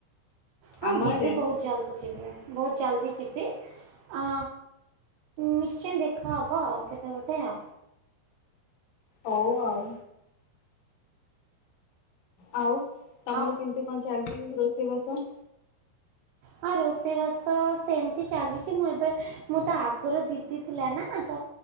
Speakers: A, on the right (about 80°); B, on the left (about 70°).
A: ହଁ
B: ଆମ
A: ଯିବି
B: ଆଡେ
A: ବହୁତ ଜଲଦି ଯିବି, ବହୁତ ଜଲଦି ଯିବି, ଆ ନିଶ୍ଚୟ ଦେଖାହେବ ଆଉ କେବେ ଗୋଟେ ଆଉ
B: ହଉ ଆଉ ଆଉ ତମର
A: ଆଉ
B: କେମତି କଣ ଚାଲିଛି ରୋଷେଇବାସ?
A: ହଁ ରୋଷେଇବାସ ସେମିତି ଚାଲିଛି, ମୁଁ ଏବେ ମୁଁ ତ ଆଗରୁ ଦିଦି ଥିଲା ନା, ତ,